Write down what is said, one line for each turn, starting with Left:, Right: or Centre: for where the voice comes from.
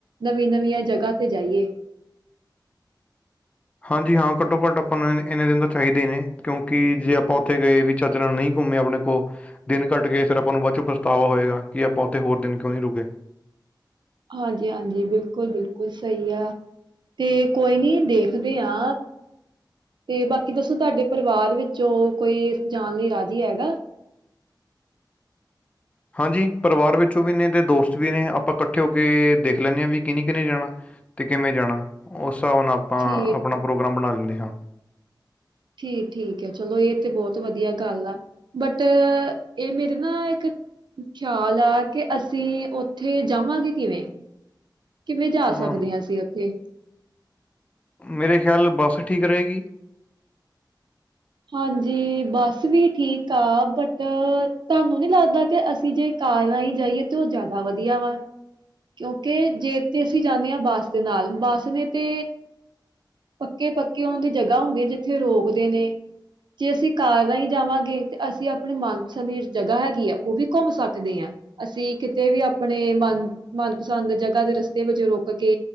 Right: ਨਵੀਂ - ਨਵੀਆਂ ਜਗ੍ਹਾ ਤੇ ਜਾਈਏ।
Left: ਹਾਂਜੀ ਹਾਂ, ਘੱਟੋ - ਘੱਟ ਆਪਾਂ ਨੂੰ ਇਨੇ ਦਿਨ ਤਾਂ ਚਾਹੀਦੇ ਨੇ ਕਿਉਂਕਿ ਜੇ ਆਪਾਂ ਉੱਥੇ ਗਏ ਵੀ ਚੱਜ ਨਾਲ ਨਹੀਂ ਘੁੰਮੇ ਆਪਣੇ ਕੋ ਦਿਨ ਘੱਟ ਗਏ, ਫਿਰ ਆਪਾਂ ਨੂੰ ਬਾਅਦ ਚੋਂ ਪਛਤਾਵਾ ਹੋਏਗਾ, ਕਿ ਆਪਾਂ ਉੱਥੇ ਹੋਰ ਦਿਨ ਕਿਉਂ ਨਹੀਂ ਰੁਕੇ।
Right: ਹਾਂਜੀ - ਹਾਂਜੀ ਬਿਲਕੁਲ - ਬਿਲਕੁਲ ਸਹੀ ਆ। ਤੇ ਕੋਈ ਨੀ ਦੇਖਦੇ ਆ ਤੇ ਬਾਕੀ ਦੱਸੋ, ਤੁਹਾਡੇ ਪਰਿਵਾਰ ਵਿੱਚੋਂ ਕੋਈ ਜਾਣ ਲਈ ਰਾਜੀ ਹੈਗਾ।
Left: ਹਾਂਜੀ, ਪਰਿਵਾਰ ਵਿੱਚੋਂ ਵੀ ਨੇ ਤੇ ਦੋਸਤ ਵੀ ਨੇ ਆਪਾਂ ਇਕੱਠੇ ਹੋ ਕੇ ਦੇਖ ਲੈਣੇ ਹਾਂ, ਵੀ ਕਿੰਨੇ - ਕਿੰਨੇ ਜਾਣਾ। ਤੇ ਕਿਵੇਂ ਜਾਣਾ, ਉਸ ਹਿਸਾਬ ਨਾਲ ਆਪਾਂ
Right: ਠੀਕ
Left: ਆਪਣਾ ਪ੍ਰੋਗਰਾਮ ਬਣਾ ਲੈਂਦੇ ਹਾਂ।
Right: ਠੀਕ - ਠੀਕ ਹੈ, ਚਲੋ ਇਹ ਤੇ ਬਹੁਤ ਵਧੀਆ ਗੱਲ ਆ। ਬਟ, ਇਹ ਮੇਰੇ ਨਾ ਇੱਕ ਖਿਆਲ ਆ ਕਿ, ਅਸੀਂ ਉੱਥੇ ਜਾਵਾਂਗੇ ਕਿਵੇਂ? ਕਿਵੇਂ ਜਾ
Left: ਅਮ,
Right: ਸਕਦੇ ਹਾਂ ਅਸੀਂ ਉੱਥੇ?
Left: ਮੇਰੇ ਖਿਆਲ ਬੱਸ ਠੀਕ ਰਹੇਗੀ।
Right: ਹਾਂਜੀ, ਬਸ ਵੀ ਠੀਕ ਆ ਬਟ ਤੁਹਾਨੂੰ ਨਹੀ ਲੱਗਦਾ ਕਿ ਅਸੀਂ ਜੇ ਕਾਰ ਰਾ ਹੀ ਜਾਈਏ ਤੇ ਉਹ ਜ਼ਿਆਦਾ ਵਧੀਆ ਵਾ। ਕਿਉਂਕਿ ਜੇ ਤੇ ਅਸੀਂ ਜਾਂਦੇ ਹਾਂ ਬੱਸ ਦੇ ਨਾਲ ਬੱਸ ਨੇ ਤੇ ਪੱਕੇ-ਪੱਕੇ ਉਨ ਦੀ ਜਗ੍ਹਾ ਹੁੰਦੀ, ਜਿੱਥੇ ਰੋਕਦੇ ਨੇ ਜੇ ਅਸੀਂ ਕਾਰ ਰਾਹੀਂ ਜਾਵਾਂਗੇ ਤਾਂ ਅਸੀਂ ਆਪਣੇ ਮਨਪਸੰਦੀ ਜਗ੍ਹਾ ਹੈਗੀ ਆ, ਉਹ ਵੀ ਘੁੰਮ ਸਕਦੇ ਆ। ਅਸੀਂ ਕਿਤੇ ਵੀ ਆਪਣੇ ਮਨ-ਮਨਪਸੰਦ ਜਗ੍ਹਾ ਦੇ ਰਸਤੇ ਵਿੱਚ ਰੁਕ ਕੇ